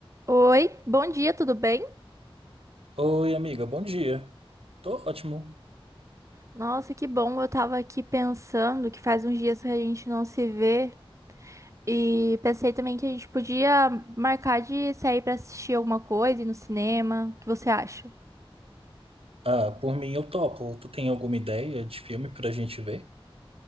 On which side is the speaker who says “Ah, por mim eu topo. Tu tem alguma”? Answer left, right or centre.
Right